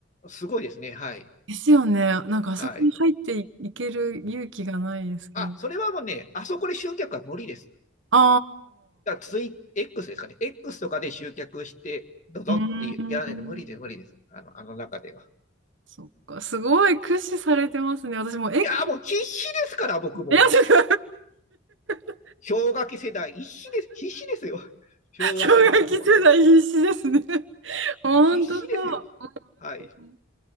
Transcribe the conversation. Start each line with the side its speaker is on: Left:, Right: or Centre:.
Left: すごいですね。はい。
Right: ですよね。なんかあそこに入ってい、
Left: はい。
Right: いける勇気がないですけど。
Left: あ、それはもうね、あそこで集客は無理です。
Right: あ
Left: だからツイ、X ですかね。X とかで集客して、どうぞってやらないと無理で無理です。
Right: あ、うーん。
Left: あの、あの中では。
Right: そっか、すごい駆使されてますね。私もう、え、
Left: いやー、もう必死ですから、僕も。
Right: いや、ちょっと <laughs>
Left: 氷河期世代、必死です。必死ですよ。氷河期おじさんは。
Right: 氷河期世代必死ですね。<laughs> ほんとそう。
Left: 必死ですよ。はい。
Right: うん